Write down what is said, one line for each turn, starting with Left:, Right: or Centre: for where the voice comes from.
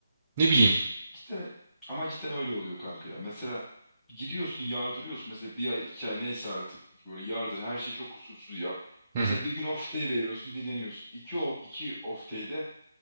Right: Ne bileyim.
Centre: Cidden, ama cidden öyle oluyor kanka ya. Mesela gidiyorsun yardırıyorsun. Mesela bir ay iki ay neyse artık. Böyle yardır her şeyi çok kusursuz yap.
Right: <laughs>
Centre: Mesela bir gün off day veriyorsun dinleniyorsun. İki, o- iki off day'de